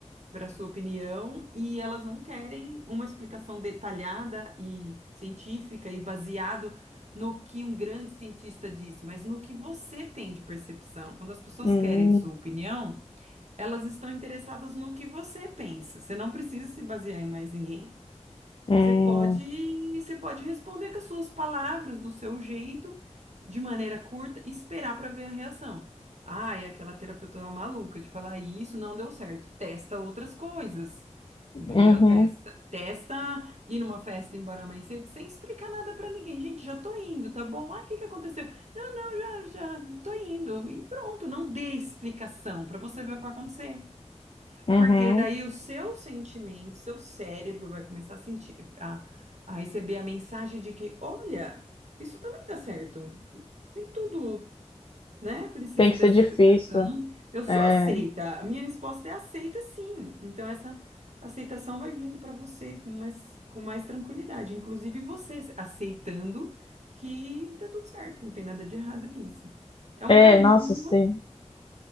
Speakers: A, on the right; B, on the left.
A: para sua opinião e elas não querem uma explicação detalhada e científica e baseado no que um grande cientista disse, mas no que você tem de percepção. Quando as pessoas
B: Hum,
A: querem sua opinião, elas estão interessadas no que você pensa. Você não precisa se basear em mais ninguém.
B: hum,
A: Você pode, você pode responder com as suas palavras, do seu jeito, de maneira curta, e esperar para ver a reação. Ai, aquela terapeuta maluca de falar isso não deu certo. Testa outras coisas. Entendeu?
B: uhum,
A: Testa, testa ir numa festa embora mais cedo sem explicar nada pra ninguém. Gente, já tô indo, tá bom? Ah, o que que aconteceu? Não, não, já, já tô indo. E pronto, não dê explicação pra você ver o que vai acontecer.
B: uhum.
A: Porque daí o seu sentimento, seu cérebro vai começar a sentir, a, a receber a mensagem de que, olha, isso também dá certo. Nem tudo né? Precisa
B: Tem que
A: dessa
B: ser difícil.
A: explicação. Eu sou
B: É,
A: aceita. A minha resposta é aceita, sim. Então, essa aceitação vai vindo para você com mais, com mais tranquilidade. Inclusive, você aceitando que tá tudo certo, que não tem nada de errado nisso. É um
B: é,
A: caminho
B: nossa, sim.